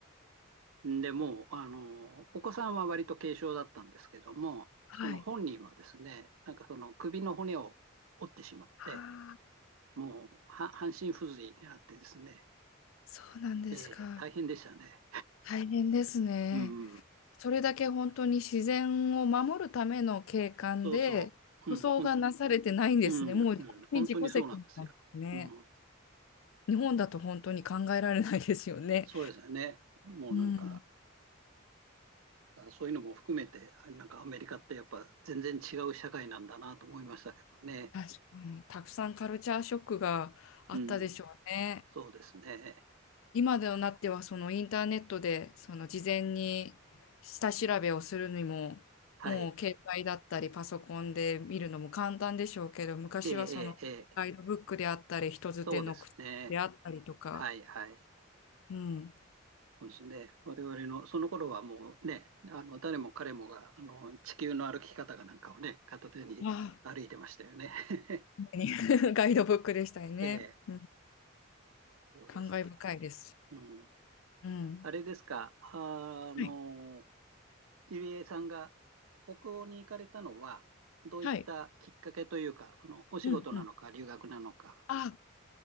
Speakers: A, on the right (about 85°); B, on the left (about 75°).
A: でもう、あの、お子さんは割と軽症だったんですけども、
B: はい。
A: その本人はですね、なんかその首の骨を折ってしまって、
B: はあ、
A: もうは半身不随になってですね、
B: そうなんですか。
A: えー大変でしたね。
B: 大変ですね。
A: うん、
B: それだけ本当に自然を守るための景観で、
A: そうそう、
B: 舗装がなされてないんですね。
A: うん、ほん、うん、
B: もう本当に自己責任なんですね。
A: うん、本当にそうなんですよ。うん、
B: 日本だと本当に考えられないですよね。
A: そうですよね。もうなんか、
B: うん。
A: あそういうのも含めて、あなんかアメリカってやっぱ全然違う社会なんだなと思いましたけどね。
B: 確かに。たくさんカルチャーショックがあったでしょうね。
A: うん、そうですね。
B: 今でなってはそのインターネットでその事前に下調べをするにももう携帯だったりパソコンで見るのも簡単でしょうけど昔はそのガイドブックであったり人づての口であったりとか、
A: はい。ええええええそうですね。はいはい。
B: うん、
A: そうですね。我々の、その頃はもうね、あの、誰も彼もが、あの、地球の歩き方かなんかをね、片手に歩いてましたよね。
B: ああ、
A: <laughs>
B: 常に <laughs> ガイドブックでしたよね、
A: ええ、
B: うん、
A: そうですか。
B: 感慨深いです。
A: うん。
B: うん、
A: あれですか、あの、
B: はい、
A: ゆりえさんが北欧に行かれたのは、どういったきっかけというか、
B: はい、
A: その、お仕事なのか、
B: うんうん、
A: 留学なのか。
B: あ